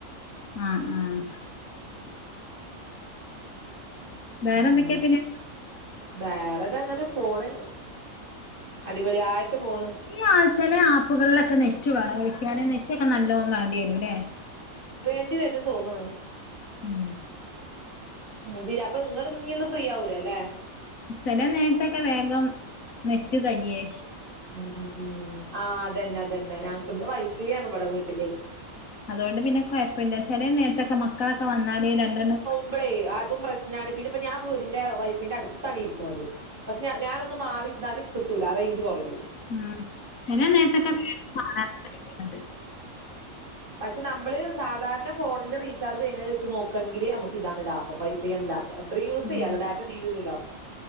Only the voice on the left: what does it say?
ആഹ് ആഹ് വേറെ
എന്തൊക്കെയാ പിന്നെ
ഈ ആ ചെലേ ആപ്പ്കൾലൊക്കെ നെറ്റ് വേണാേ വിളിയ്ക്കാന് നെറ്റാെക്കെ നല്ലോം മാണ്ട്യേരും ലേ
ഉം
ചെല നേര്ത്തൊക്കെ വേഗം നെറ്റ് കയ്യേ
അതുകൊണ്ട് പിന്നെ കൊയപ്പല്ല ചെലേ നേര്ത്താെക്കെ മക്കളൊക്കെ വന്നാല് രണ്ടെണ്ണം
ഉം ചെലേ നേര്ത്തൊക്കെ <unintelligible> ണ്ട്
ഉം